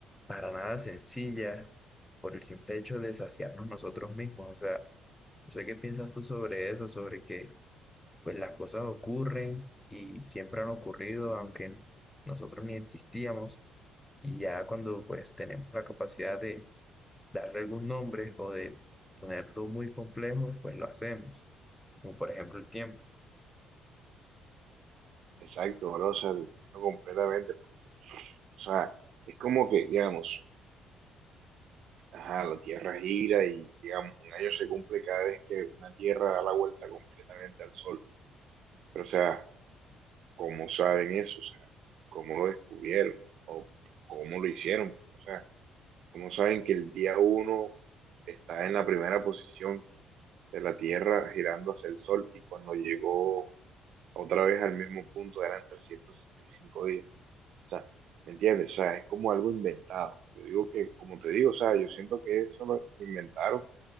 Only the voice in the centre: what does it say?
para nada sencilla, por el simple hecho de saciarnos nosotros mismos. O sea, no sé qué piensas tú sobre eso, sobre que pues las cosas ocurren y siempre han ocurrido, aunque nosotros ni existíamos. Y ya cuando pues tenemos la capacidad de darle algún nombre o de ponerlo muy complejo, pues lo hacemos, como por ejemplo el tiempo.